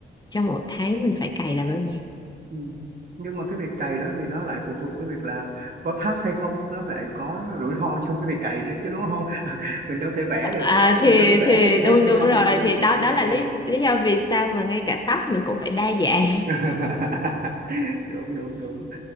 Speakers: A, on the left; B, on the right.
A: trong một tháng mình phải cày là bao nhiêu
B: Ừ. Nhưng mà cái việc cày đó thì nó lại phụ thuộc cái việc là có task hay không nó lại có rủi ro trong cái việc cày nữa chứ đúng không <laughs> mình đâu thể vẽ được
A: À,
B: mình
A: thì
B: đâu thể vẽ
A: thì
B: được cái
A: đúng
B: tương
A: đúng
B: lai
A: rồi
B: của
A: thì
B: công việc
A: đó
B: của
A: đó
B: mình
A: là
B: đúng
A: lý
B: không
A: lý do vì sao mà ngay cả task mình cũng phải đa dạng
B: <laughs> đúng đúng đúng